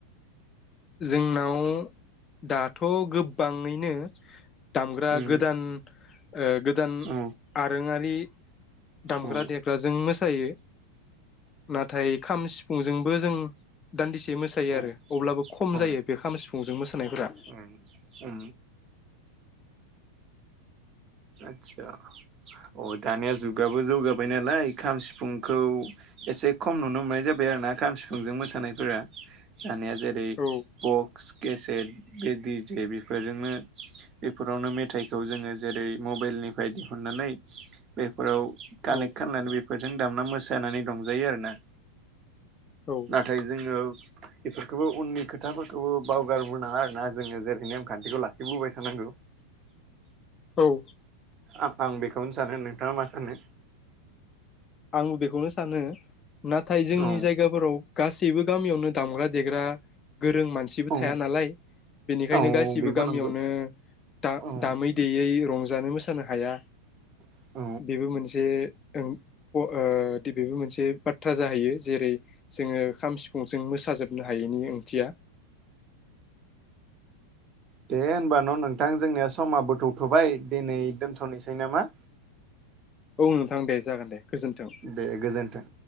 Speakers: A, on the left (about 25°); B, on the right (about 30°).
A: जोंनाव दाथ' गोबाङैनो <inaudible> दामग्रा
B: उम
A: गोदान गोदान
B: औ
A: आरोङारि दामग्रा
B: औ
A: देग्राजों मोसायो। यो नाथाय खाम सि फुंजोंबो जों दान्दिसे मोसायो
B: औ
A: आरो अब्लाबो खम
B: औ
A: जायो बे खाम सिफुंजों मोसानायफोरा
B: औ औ आदसा अ दानिया जुगाबो जौगाबाय नालाय खाम सिफुंखौ एसे खम नुनो मोननाय जाबाय आरो ना खाम सिफुंजों मोसानायफोरा दानिया जेरै
A: औ
B: बक्स केसेट दिजे बेफोर बेजोंनो बेफोरावनो मेथाइखौ जोङो जेरै मबाइल निफ्राय दिहुननानै बे फोराव कानेक्ट
A: औ
B: खालामनानै बेफोरजों दामना मोसायो। जानानै दंजायो आरोना
A: औ
B: नाथाय जोङो बेफोरखौबो उननि खोथाफोरखौबो बावगारबोनाङा आरोना जोङो जेरै नेमखान्थिखौ लाखिबोबाय थानांगौ।
A: औ।
B: आं बेखौनो सानो नोंथाङा मा सानो?
A: आंबो बेखौनो सानो। नाथाय जोंनि
B: औ
A: जायगाफोराव गासैबो गामियावनो दामग्रा देग्रा गोरों मानसिबो
B: औ
A: थाया नालाय बिनिखायनो
B: औ
A: गासिबो
B: बेबो
A: गामियावनो
B: नंगौ
A: दा
B: औ
A: दामै देयै रं <unintelligible> हाया
B: दे
A: बेबो मोनसे औ। ओ दि बेबो मोनसे बाथ्रा जाहैयो जेरै जोङो खाम सिफुं जों मोसा हायैनि ओंथिया
B: दे होमबा न' नोंथां जोंनिया समाबोथ' थबाय दिनै दोनथ'नोसै नामा?
A: औ नोंथां दे जागोन दे। गोजोन्थों
B: दे गोजोन्थों।